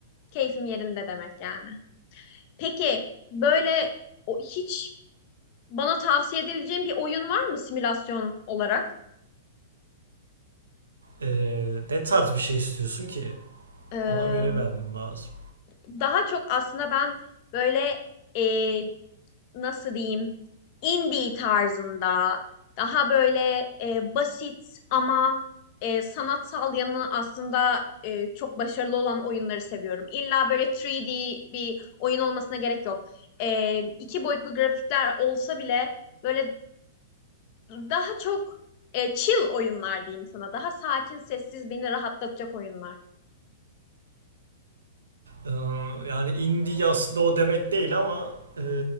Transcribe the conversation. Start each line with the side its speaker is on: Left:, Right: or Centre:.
Left: keyfim yerinde demek yani. Peki böyle o- hiç bana tavsiye edebileceğin bir oyun var mı simülasyon olarak?
Right: Ee, ne tarz bir şey istiyorsun ki?
Left: Ee,
Right: Ona göre vermem lazım.
Left: daha çok aslında ben böyle e, nasıl diyeyim indie tarzında daha böyle e, basit ama e, sanatsal yanı aslında e, çok başarılı olan oyunları seviyorum. İlla böyle 3D bir oyun olmasına gerek yok. E, iki boyutlu grafikler olsa bile böyle daha çok e, chill oyunlar diyeyim sana. Daha sakin, sessiz, beni rahatlatacak oyunlar.
Right: Ee, Yani indie aslında o demek değil ama e,